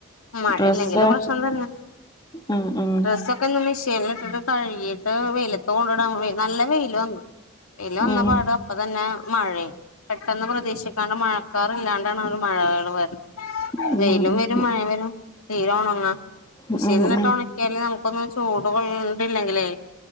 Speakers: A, on the left (about 75°); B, on the left (about 20°).
A: മഴ
B: ഡ്രസ്സ്
A: ഇല്ലെങ്കിലും പ്രശ്നം തന്നെ
B: ഉം ഉം
A: ഡ്രസ്സൊക്കെ ഒന്ന് മിഷീ ൻലിട്ടിട്ട് കഴുകിട്ട് വെയിലത്ത് കൊണ്ടടാ നല്ല വെയ്ൽ വന്നു വെയ്ല് വന്ന
B: ഉം
A: പാടെ അപ്പൊ തന്നെ മഴയും പെട്ടെന്ന് പ്രതീക്ഷിക്കാണ്ട് മഴ കാർല്ലാണ്ടാ ണ് മഴകള് വരുന്നത്
B: ഉം
A: വെയിലും
B: ഉം
A: വരും മഴിം വരും തീരെ ഉണങ്ങാ മഷീനിൽട്ട്
B: ഉം ഉം
A: ഉണക്കിയാല് നമുക്കൊന്നും ചൂട് കൊള്ളണ്ടില്ലെങ്കിലേ